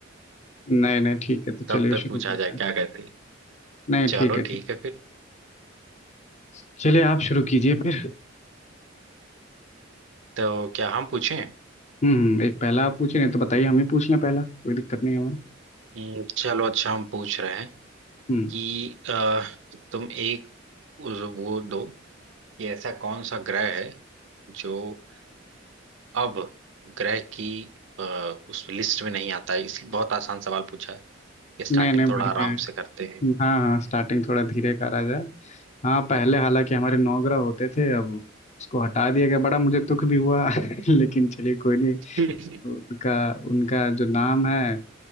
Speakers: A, on the left (about 35°); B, on the right (about 65°).
A: नहीं नहीं ठीक है तो
B: तब
A: चलिए
B: तक
A: शुरू
B: पूछा
A: करते
B: जाए क्या
A: हैं
B: कहते हैं
A: नहीं
B: चलो
A: ठीक है ठीक
B: ठीक है फिर
A: है। चलिए आप शुरू कीजिए फिर
B: तो क्या हम पूछें
A: हम्म एक पहला आप पूछिए नहीं तो बताइए हम ही पूछ लें पहला कोई दिक्कत नहीं है हमें
B: हम्म, चलो अच्छा हम पूछ रहे हैं
A: हम्म
B: कि अ, तुम एक उस- वो दो कि ऐसा कौन सा ग्रह है जो अब ग्रह की अ, उस लिस्ट में नहीं आता है इसलिए बहुत आसान सवाल पूछा है ये स्टार्टिंग
A: नहीं नहीं
B: थोड़ा
A: बढ़िया
B: आराम
A: है
B: से करते हैं
A: हाँ हाँ स्टार्टिंग थोड़ा धीरे करा जाए हाँ पहले हालांकि हमारे नौ ग्रह होते थे अब उसको हटा दिया गया बड़ा मुझे दुख भी हुआ <laughs> लेकिन चलिए कोई नहीं
B: <laughs>
A: उनका उनका जो नाम है